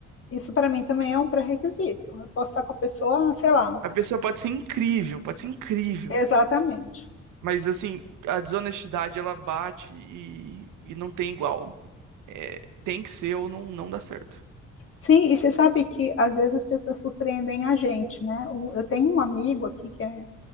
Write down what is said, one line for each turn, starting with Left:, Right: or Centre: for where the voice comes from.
Left: Isso para mim também é um pré-requisito. Eu posso estar com a pessoa, sei lá,
Right: A pessoa pode ser incrível, pode ser incrível.
Left: exatamente.
Right: Mas assim, a desonestidade ela bate e, e não tem igual. É, tem que ser ou não, não dá certo.
Left: Sim, e você sabe que às vezes as pessoas surpreendem a gente, né? O- Eu tenho um amigo aqui que é,